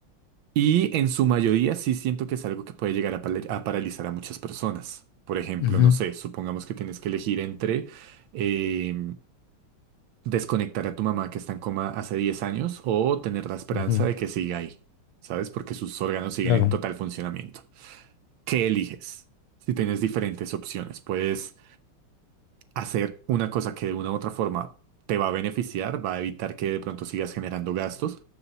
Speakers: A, on the right; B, on the left.
A: Y en su mayoría sí siento que es algo que puede llegar a, pala- a paralizar a muchas personas. Por ejemplo,
B: ujú,
A: no sé, supongamos que tienes que elegir entre eh, desconectar a tu mamá que está en coma hace 10 años o tener la esperanza
B: ujú,
A: de que siga ahí, ¿sabes? Porque sus órganos siguen
B: Claro.
A: en total funcionamiento. ¿Qué eliges? Si tienes diferentes opciones, puedes hacer una cosa que de una u otra forma te va a beneficiar, va a evitar que de pronto sigas generando gastos,